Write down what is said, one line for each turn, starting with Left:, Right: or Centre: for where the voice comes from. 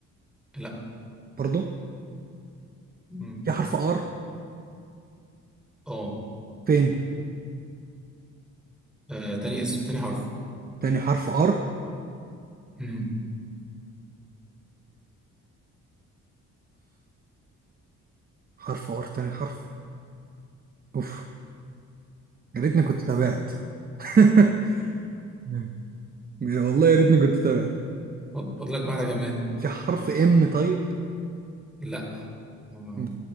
Centre: لا
Right: برضو
Centre: مم.
Right: في حرف ار
Centre: اه
Right: فين
Centre: آه، تاني اسم تاني حرف
Right: تاني حرف ار
Centre: امم
Right: حرف ار تاني حرف اوف يا ريتني كنت تابعت <laughs> مم. والله يا ريتني كنت تابعت
Centre: فاضل لك واحدة كمان
Right: في حرف ام طيب
Centre: لا آه،
Right: مم.